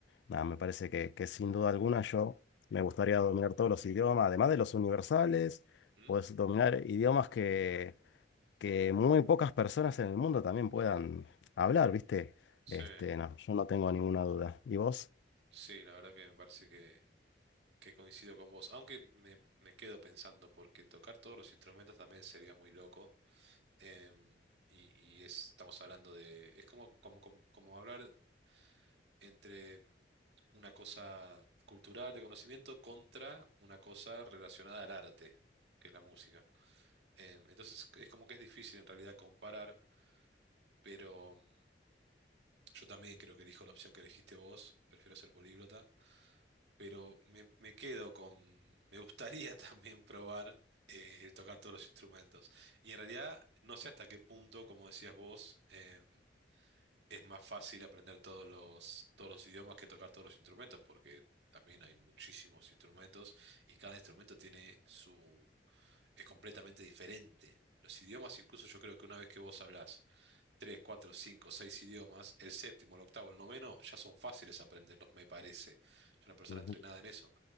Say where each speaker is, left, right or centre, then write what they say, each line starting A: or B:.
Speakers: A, on the left; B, on the right.
A: nada, me parece que, que sin duda alguna yo. Me gustaría dominar todos los idiomas, además de los universales,
B: mm,
A: pues dominar idiomas que, que muy pocas personas en el mundo también puedan hablar, ¿viste?
B: Sí,
A: Este, no, yo no tengo ninguna duda. ¿Y vos?
B: sí, la verdad que me parece que, que coincido con vos. Aunque me, me quedo pensando, porque tocar todos los instrumentos también sería muy loco. em, y, y es- estamos hablando de, es como, como, como, como hablar entre una cosa cultural de conocimiento contra una cosa relacionada al arte, que es la música. Em, entonces es como que es difícil en realidad comparar, pero em, yo también creo que elijo la opción que elegiste vos, prefiero ser políglota, pero me, me quedo con, me gustaría <laughs> también probar. eh, el tocar todos los instrumentos. Y en realidad no sé hasta qué punto, como decías vos, em, es más fácil aprender todos los, todos los idiomas que tocar todos los instrumentos, porque también hay muchísimos instrumentos y cada instrumento tiene su, es completamente diferente. Los idiomas, incluso yo creo que una vez que vos hablás tres, cuatro, cinco, seis idiomas, el séptimo, el octavo, el noveno, ya son fáciles aprenderlos, me parece. Es una persona
A: Ujú,
B: entrenada en eso.